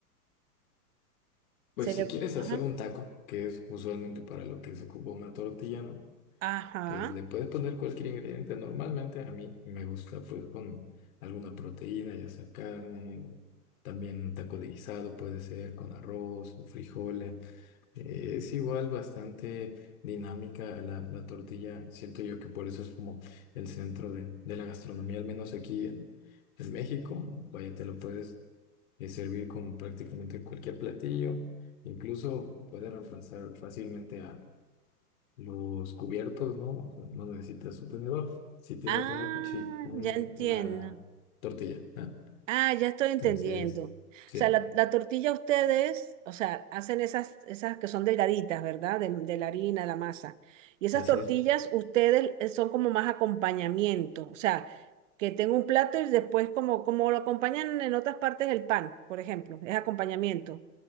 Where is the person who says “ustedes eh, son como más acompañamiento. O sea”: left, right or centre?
Right